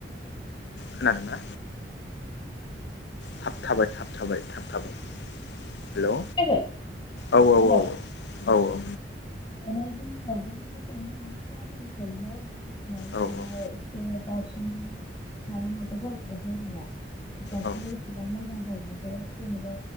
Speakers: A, on the left; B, on the left.
A: खोनादोंना थाब थाबाय थाब थाब थाबाय थाब थाबाय हेलौ
B: खोनायाखै
A: औ औ
B: हेल'
A: औ औ औ औ।
B: माने जोंनियावबो <unintelligible>
A: औ औ।
B: <unintelligible> दासिम माने माबा जाजोबाखै आरो ना दासामबो
A: औ
B: इसिबां मोजां जाजोबाखै जेनेबा